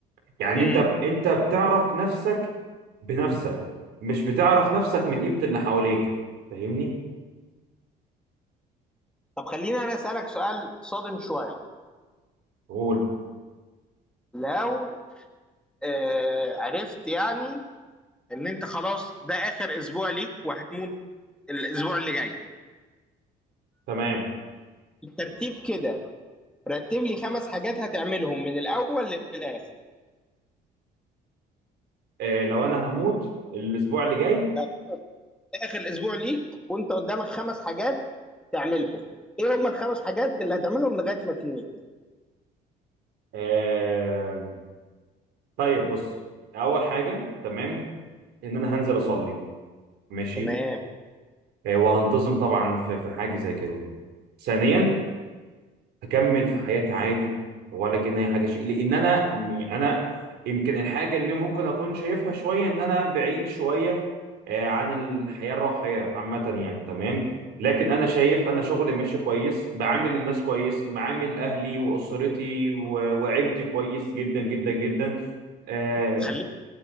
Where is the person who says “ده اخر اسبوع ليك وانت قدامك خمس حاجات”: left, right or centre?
Centre